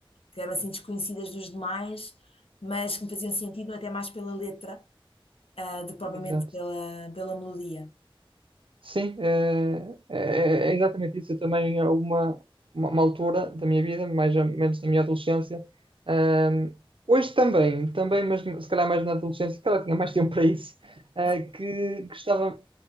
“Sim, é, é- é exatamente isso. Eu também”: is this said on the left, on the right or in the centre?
Right